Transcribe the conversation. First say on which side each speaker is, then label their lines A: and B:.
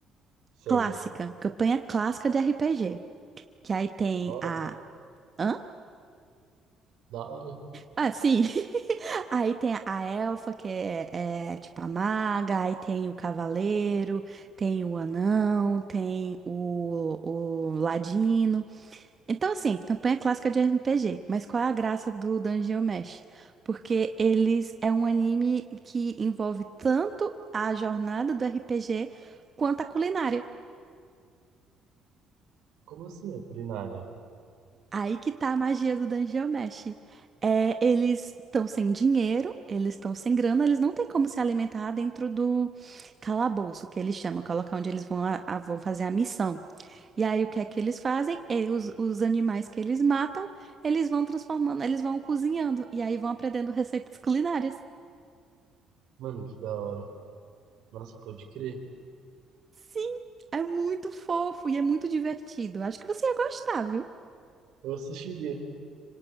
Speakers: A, on the right; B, on the right.
A: Certo.
B: Clássica, campanha clássica de RPG. Que aí tem
A: Da hora.
B: a. Hã?
A: Da hora.
B: Ah, sim. <laughs> Aí tem a elfa, que é, é tipo a maga, aí tem o cavaleiro, tem o anão, tem o, o ladino. Então, assim, campanha clássica de RPG, mas qual é a graça do Dungeon Mesh? Porque eles é um anime que envolve tanto a jornada do RPG quanto a culinária.
A: Como assim é culinária?
B: Aí que tá a magia do Dungeon Mesh. É, eles estão sem dinheiro, eles estão sem grana, eles não têm como se alimentar dentro do calabouço, que eles chamam, que é o local onde eles vão, a- a- vão fazer a missão. E aí o que é que eles fazem? E os, os animais que eles matam, eles vão transformando, eles vão cozinhando, e aí vão aprendendo receitas culinárias.
A: Mano, que da hora. Nossa, pode crer.
B: Sim, é muito fofo e é muito divertido. Acho que você ia gostar, viu?
A: Eu assistiria.